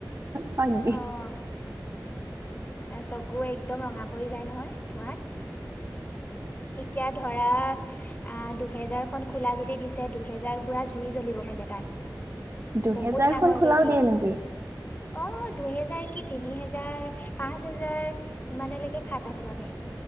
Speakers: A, on the right; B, on the left.
A: হয় ন
B: অঁ চকু একদম ৰঙা পৰি যায় নহয় ধোঁৱাত এতিাত ধৰা আ দি দুহেজাৰখন খোলা যদি দিছে দুহেজাৰকুৰা জুই জ্বলিব মানে তাত
A: দুহেজাৰখন
B: বহুত ডাঙৰকে
A: খোলাও
B: দিয়ে।
A: নেকি?
B: অ' দুহেজাৰ তিনি হেজাৰ, পাঁচ হেজাৰ সিমানলৈকে খাই পাইছোঁ আমি।